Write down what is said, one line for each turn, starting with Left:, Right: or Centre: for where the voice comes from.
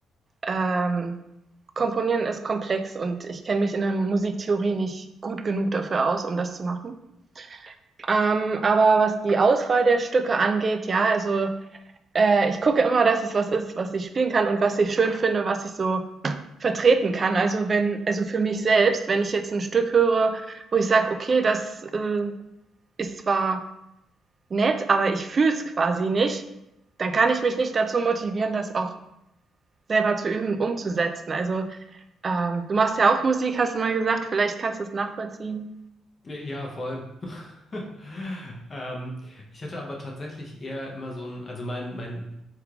Right: Ähm, Komponieren ist komplex und ich kenne mich in der Musiktheorie nicht gut genug dafür aus, um das zu machen. Ähm, aber was die Auswahl der Stücke angeht, ja, also äh, ich gucke immer, dass es was ist, was ich spielen kann und was ich schön finde, was ich so vertreten kann. Also wenn, also für mich selbst, wenn ich jetzt ein Stück höre, wo ich sage, okay, das äh, ist zwar nett, aber ich fühle es quasi nicht, dann kann ich mich nicht dazu motivieren, das auch selber zu üben, umzusetzen. Also Ähm, du machst ja auch Musik, hast du mal gesagt. Vielleicht kannst du es nachvollziehen.
Left: Ja, vor allem. <laughs> Ähm, ich hatte aber tatsächlich eher immer so ein, also mein, mein